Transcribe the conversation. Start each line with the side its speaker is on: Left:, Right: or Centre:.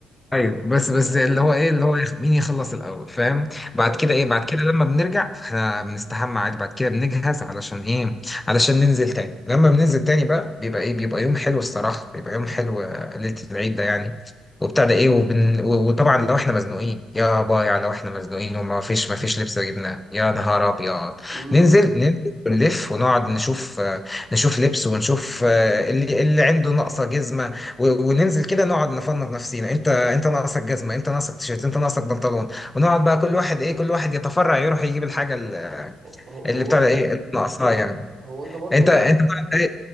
Left: ايوه بس بس
Right: اه
Left: اللي هو ايه اللي هو يخ- مين يخلص الاول فاهم بعد
Right: اه
Left: كده ايه بعد كده لما بنرجع احنا بنستحمى عادي بعد كده بنجهز علشان ايه علشان ننزل تاني لما بننزل تاني بقى بيبقى ايه بيبقى يوم حلو الصراحه بيبقى يوم حلو آه، ليله العيد ده يعني وبتاع ده ايه وبن... و- وطبعا لو احنا مزنوقين يا بايع لو احنا مزنوقين وما فيش ما فيش لبس جبناه يا نهار ابيض
Right: امم
Left: ننزل ننزل ونلف ونقعد نشوف آه، نشوف لبس ونشوف آه، اللي اللي عنده ناقصه جزمه و- وننزل كده نقعد نفنط نفسينا انت انت ناقصك جزمه انت ناقصك تيشيرت انت ناقصك بنطلون ونقعد بقى كل واحد ايه كل واحد يتفرع يروح يجيب الحاجه ال-
Right: هو
Left: اللي
Right: هو
Left: بتاع ده ايه اللي ناقصاه يعني
Right: هو انت برضو
Left: انت
Right: انت
Left: انت بقى- ايه،